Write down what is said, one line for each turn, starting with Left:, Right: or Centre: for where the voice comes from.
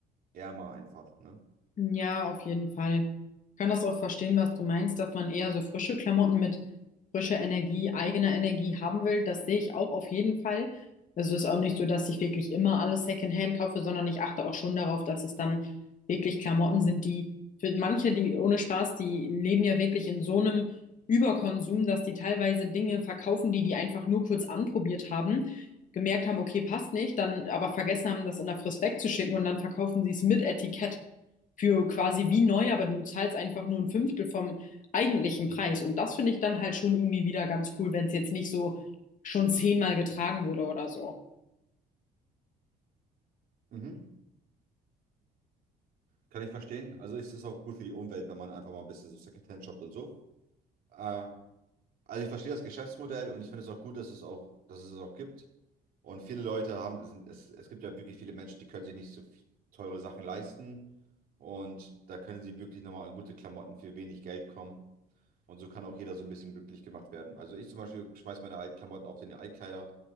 Right: ärmer einfach, ne?
Left: Ja, auf jeden Fall. Ich kann das auch verstehen, was du meinst, dass man eher so frische Klamotten mit frischer Energie, eigener Energie haben will. Das sehe ich auch auf jeden Fall. Also ist auch nicht so, dass ich wirklich immer alles Secondhand kaufe, sondern ich achte auch schon darauf, dass es dann wirklich Klamotten sind, die für manche, die ohne Spaß, die leben ja wirklich in so einem Überkonsum, dass die teilweise Dinge verkaufen, die die einfach nur kurz anprobiert haben, gemerkt haben, okay, passt nicht, dann aber vergessen haben, das in der Frist wegzuschicken und dann verkaufen sie es mit Etikett für quasi wie neu, aber du zahlst einfach nur ein Fünftel vom eigentlichen Preis. Und das finde ich dann halt schon irgendwie wieder ganz cool, wenn es jetzt nicht so schon zehnmal getragen wurde oder so.
Right: Mhm. Kann ich verstehen. Also es ist auch gut für die Umwelt, wenn man einfach mal ein bisschen so Secondhand shoppt und so. Äh, also ich verstehe das Geschäftsmodell und ich finde es auch gut, dass es auch, dass es es auch gibt. Und viele Leute haben, sind- es, es gibt ja wirklich viele Menschen, die können sich nicht so viel- teure Sachen leisten. Und da können sie wirklich nochmal an gute Klamotten für wenig Geld kommen. Und so kann auch jeder so ein bisschen glücklich gemacht werden. Also ich zum Beispiel schmeiße meine alten Klamotten auf den Altkleider,